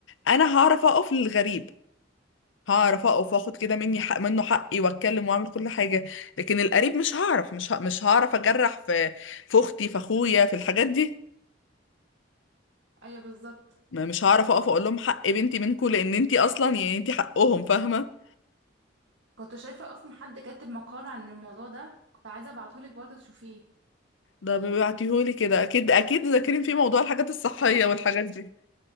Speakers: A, on the left; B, on the right.
A: انا هعرف اقف للغريب هعرف اقف واخد كده مني حق منه حقي واتكلم واعمل كل حاجه لكن القريب مش هعرف مش ه... مش هعرف اجرح في في اختي في اخويا في الحاجات دي
B: ايوه بالظبط
A: ما- مش هعرف اقف اقول لهم حق بنتي منكم لان انتي اصلا يعني انتي حقهم فاهمه
B: كنت شايفه اصلا حد كاتب مقال عن الموضوع ده كنت عايزه ابعتهولك برضه تشوفيه
A: ده بيبعتيهولي كده اكيد اكيد ذاكرين في موضوع الحاجات الصحيه والحاجات دي